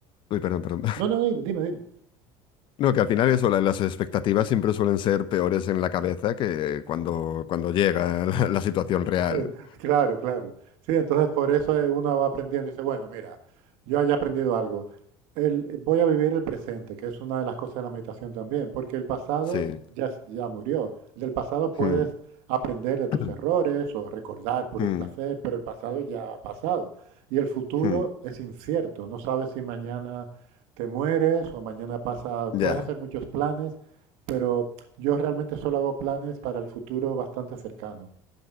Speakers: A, on the left (about 45°); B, on the right (about 75°).
A: Uy, perdón, perdón.
B: No, no, dime, dime, dime.
A: No, que al final eso, la- las expectativas siempre suelen ser peores en la cabeza que cuando, cuando llega <laughs> la, la situación real.
B: <laughs> Claro, claro. Sí, entonces por eso eh, uno va aprendiendo y dice, bueno, mira, yo haya aprendido algo. El- voy a vivir el presente, que es una de las cosas de la meditación también, porque el pasado
A: Sí.
B: ya, es- ya murió. Del pasado puedes
A: Mm,
B: aprender de tus
A: <clears throat>
B: errores o recordar por
A: mm,
B: un placer, pero el pasado ya ha pasado. Y el futuro
A: mm,
B: es incierto. No sabes si mañana te mueres o mañana pasa.
A: Ya.
B: Puedes hacer muchos planes, pero yo realmente solo hago planes para el futuro bastante cercano.